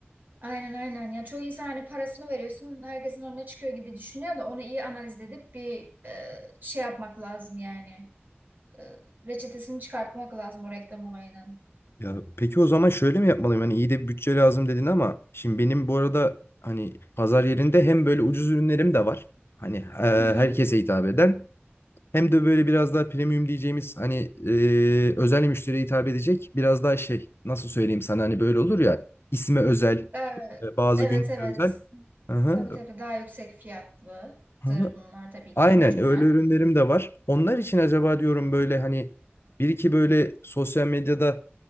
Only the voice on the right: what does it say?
Aynen aynen ya çoğu insan hani parasını veriyorsun herkesin önüne çıkıyor gibi düşünüyor da onu iyi analiz edip bir e, şey yapmak lazım yani. E, reçetesini çıkartmak lazım o reklam olayının.
Hı hı.
Ee,
evet
evet.
Tabii tabii daha yüksek fiyatlıdır
bunlar tabii
ki mecburen.